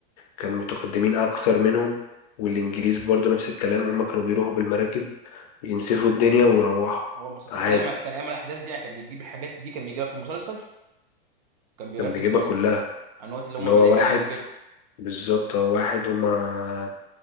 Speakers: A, on the left; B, on the right.
A: كانوا متقدمين اكتر منهم والانجليز برضو نفس الكلام هم كانوا بيروحوا بالمراكب ينسفوا الدنيا ويروحوا
B: هو المسلسل
A: عادي
B: كان يعمل كان يعمل الاحداث دي يعني كان بيجيب الحاجات دي كان بيجيبها في المسلسل كان بيركز
A: كان بيجيبها
B: قوي
A: كلها
B: عن عن الوقت اللي
A: اللي
B: هم
A: هو
B: بدائيين
A: واحد
B: وكده
A: بالظبط اه واحد هما